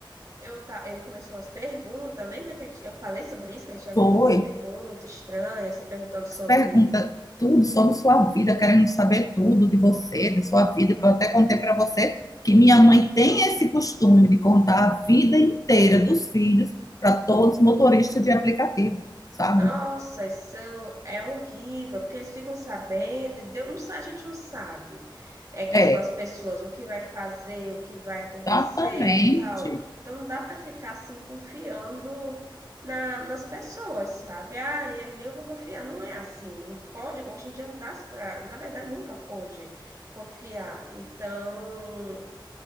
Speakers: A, on the right; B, on the left.
A: eu tá, ele começou umas perguntas. Lembra que ele- eu falei sobre isso, que ele tinha
B: foi.
A: feito umas perguntas estranhas, se perguntando sobre
B: pergunta tudo sobre sua vida, querendo saber tudo de você, de sua vida, que eu até contei para você que minha mãe tem esse costume de contar a vida inteira dos filhos para todos os motoristas de aplicativo, sabe?
A: Nossa, isso é horrível, porque eles ficam sabendo, e Deus, não, sa- a gente não sabe é, quem
B: É,
A: são as pessoas, o que vai fazer, o que vai acontecer
B: exatamente.
A: e tal. Então não dá para ficar assim confiando na- nas pessoas, sabe? Ah, ali eu vou confiar. Não é assim, não pode, hoje em dia não dá pra, na verdade nunca pôde confiar. Então,